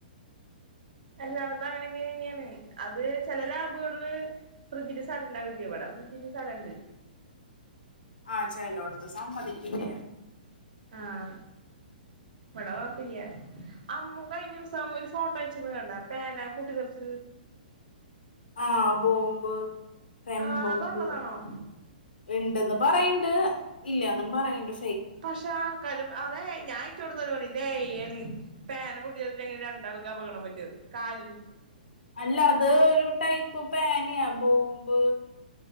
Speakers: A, on the right; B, on the left.
A: അല്ലാടതും അങ്ങനെയൊക്ക തന്നെയാണ് അത് ചില ലാബുകളില് ഫ്രിഡ്ജിന്റെ സ്ഥലം ഇണ്ടാവില്ല എവിട ഫ്രിഡ്ജിന്റെ സ്ഥലണ്ട്
B: ആഹ ചലോടുത്തു സമ്മതിക്കില്ല
A: ആഹ ഇട വ പിനയാ അമ്മു ക കഴിഞ്ഞ ദിവസം ഒരു ഫോട്ടോ അച്ചന്ന് കണ്ട പന പൊട്ടിത്തെെറച്ച
B: ആഹ് ബോംബ് തെൻ
A: ആഹ്
B: ബോമ്പ്
A: അതുള്ളതാണോ
B: ഉണ്ടന്ന് പറ ഹ ഇല്ല്യാന്നും പറയണ് എന്റെ
A: പക്ഷെ ആർക്കാരും അതെയ് ഞാൻ അയ്ച്ചോടുത്ത പറിം ഇതേയ്യാണെ പേന പൊട്ടികങ്ങനെ രണ്ടാൾക്കാ അപകട പറ്റിയത് കാല
B: അല്ല അത് ഒരു ടൈപ്പ് പേന്യാ ബോംബ്